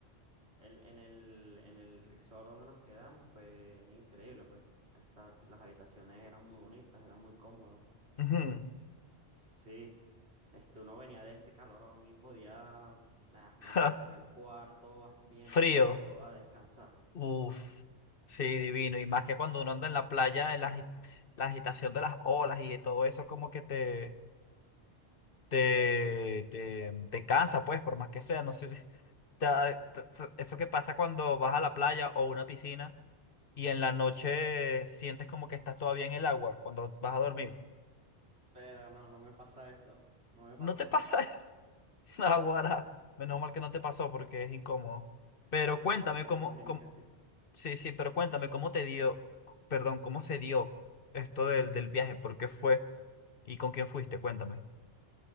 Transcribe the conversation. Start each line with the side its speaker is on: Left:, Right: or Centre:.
Right: El, en el, en el resort donde nos quedamos fue increíble, pues. Esta- las habitaciones eran muy bonitas, eran muy cómodas.
Left: Ujú.
Right: Sí, este, uno venía de ese calorón y podía ah, meterse
Left: <laughs>
Right: en el cuarto bas- bien
Left: Frío.
Right: frío a descansar.
Left: Uf, sí, divino. Y más que cuando uno anda en la playa, en la, agi- la agitación de las olas y de todo eso, como que te, te, te, te cansa, pues, por más que sea. No sé, si- te ha- te- te- eso que pasa cuando vas a la playa o una piscina y en la noche sientes como que estás todavía en el agua cuando vas a dormir.
Right: Pero no, no me pasa eso. No me pasó.
Left: ¿No te pasa eso? <laughs> Aguara. Menos mal que no te pasó porque es incómodo. Pero
Right: Sí,
Left: cuéntame,
Right: me
Left: cómo
Right: imagino que sí.
Left: Sí, sí, pero cuéntame, ¿cómo te dio, c- perdón, cómo se dio esto del, del viaje? ¿Por qué fue? ¿Y con quién fuiste? Cuéntame.